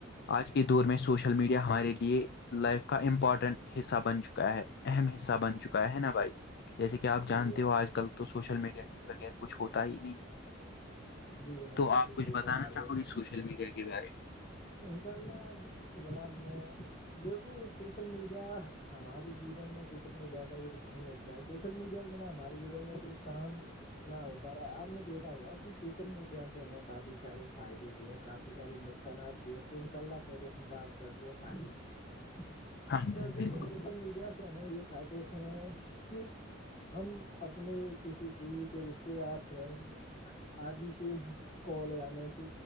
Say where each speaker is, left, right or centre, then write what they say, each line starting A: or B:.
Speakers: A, on the left; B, on the left.
A: آج کے دور میں سوشل میڈیا ہمارے یہ لائف کا امپورٹنٹ حصہ بن چکا ہے اہم حصہ بن چکا ہے نا بھائی جیسے کہ آپ جانتے
B: جی جناب
A: ہو آج کل تو سوشل میڈیا کے بغیر کچھ ہوتا ہی نہیں
B: جی جناب
A: تو
B: بالکل
A: آپ کچھ
B: صحیح
A: بتانا
B: فرما رہے
A: چاہو
B: ہو
A: گے سوشل میڈیا کے بارے میں
B: انشاء اللہ جناب میں دیکھو سوشل میڈیا ہمارے جیون میں سوشل میڈیا کا ایک اہم حصہ ہے سوشل میڈیا میں نا ہمارے جیون میں کوئی کام نہ ہو پا رہا ہے آپ نے دیکھا ہوا کہ سوشل میڈیا سے ہمیں کافی سارے فائدے بھی ہیں کافی سارے نقصانات تو ان شاء اللہ پہلے ہم بات کرتے ہے پانی کے بارے
A: ہاں بھائی
B: میں
A: بالکل
B: سوشل میڈیا سے سے ہمیں یہ فائدے ہیں کہ ہم اپنے کسی دور کے رشتےدار فرینڈ آگ ہی سے کال یا میں سے